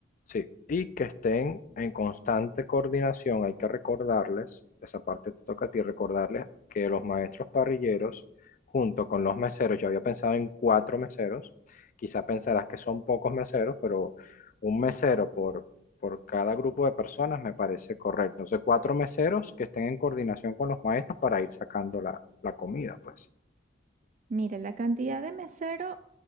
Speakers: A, on the left (about 45°); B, on the right (about 40°).
A: Sí, y que estén en constante coordinación. Hay que recordarles, esa parte te toca a ti, recordarles que los maestros parrilleros, junto con los meseros, yo había pensado en cuatro meseros, quizá pensarás que son pocos meseros, pero un mesero por, por cada grupo de personas me parece correcto. Entonces, cuatro meseros que estén en coordinación con los maestros para ir sacando la, la comida, pues.
B: Mire, la cantidad de mesero,